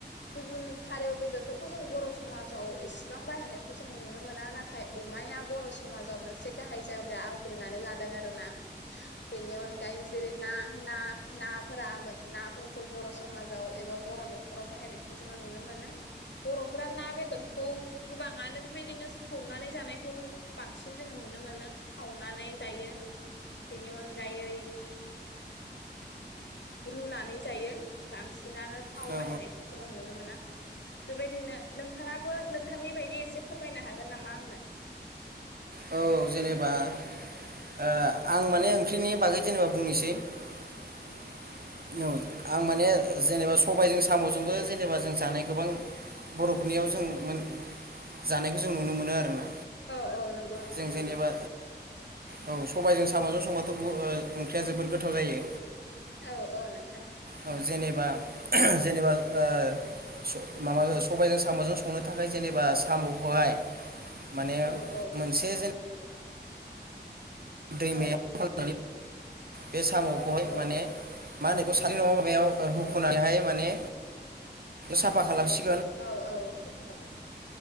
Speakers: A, on the left (about 75°); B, on the right (about 55°).
A: गुबुन फारौ बेदरफोरखौ जों बर' समाजाव इसेबां बाहायनायखौ जोङो नुनो मोना नाथाय अमाया बर' समाजाव मोनसे गाहाय जायगा आवग्रिनानै लादों आरोना बिनि अनगायै जेरै ना ना नाफोरा <unintelligible> नाफोरखौ बर' समाजाव एबा बर' न'खराव बाहायनायखौ जोङो नुनो मोनो बर'फोरा ना बेदर खौ गोबां आनो बेबायदिनो सावनानै जानायखौ बांसिन जोंङो नुनो मोनो सावनानै जायो बेनि अनगायै रुनानै जायो। बांसिनानो थाव
B: औ
A: बाहायनायखौ जोङो नुनो मोना। बेबायदिनो नोंथाङाबो नोंथांनि बायदि एसे फोरमायनो हागोन नामा आंनो?
B: औ जेनेबा ओ आं
A: औ
B: माने ओंख्रिनि बागै जेनेबा बुंनोसै। औ आं माने जेनेबा सबाइजों साम साम'जोंबो जेनेबा जों जानाय गोबां बर'फोरनियाव जों मोन जानायखौ जों नुनो मोनो आरोना।
A: औ औ नंगौ नोंथां
B: जों
A: नंगौ।
B: जेनेबा औ सबाइजों साम'जों संबाथ' बु ओ ओंख्रिया जोबोद गोथाव जायो।
A: औ औ नों
B: औ जेनेबा जेनेबा ओ स माबा सबाइजों साम'जों संनो थाखाय जेनेबा साम'खौहाय माने
A: औ औ
B: मोनसे जेन दैमायाव
A: औ
B: <unintelligible> <unintelligible> बे साम'खौहाय
A: औ
B: माने
A: औ
B: मा होनो बेखौ <unintelligible> हुख'नानैहाय
A: औ
B: माने साफा खालामसि
A: औ औ